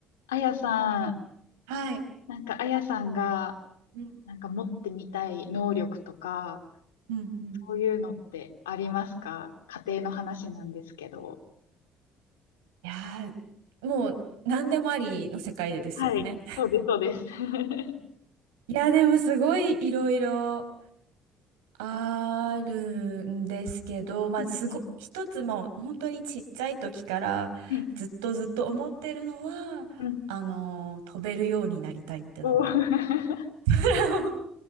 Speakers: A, on the left; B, on the right.
A: あやさん、
B: はい。
A: なんかあやさんが、
B: うん。
A: なんか持ってみたい能力とか、
B: うん。うん。
A: そういうのってありますか家庭の話なんですけど。
B: いやー、もう何でもありの世界でですよね。
A: はい。そうです、そうです。<laughs>
B: いや、でもすごいいろいろあるんですけど、まあ、
A: うんはい
B: すご、一つもう本当にちっちゃい時からずっとずっと思ってるのは、
A: はいうん
B: あの、飛べるようになりたいってのは、
A: おー <laughs>
B: <laughs>